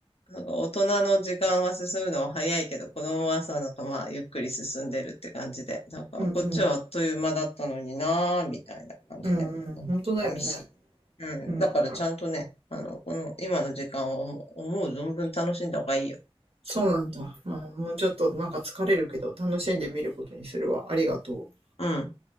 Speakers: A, on the left; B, on the right.
A: なんか大人の時間は進むのは早いけど、子供はさ、なんかまあ、ゆっくり進んでるって感じで、なんか、
B: うんうん。
A: こっちはあっという間だったのになー、みたいな感じで、
B: うんうん本当だよね。
A: 寂しい。うん。
B: うん。
A: だからちゃんとね、
B: なる
A: あの、この、今の時間を思う、思う存分楽しんだ方がいいよ。
B: そうなんだ。まあ、もうちょっとなんか疲れるけど、楽しんでみることにするわ。ありがとう。
A: うん。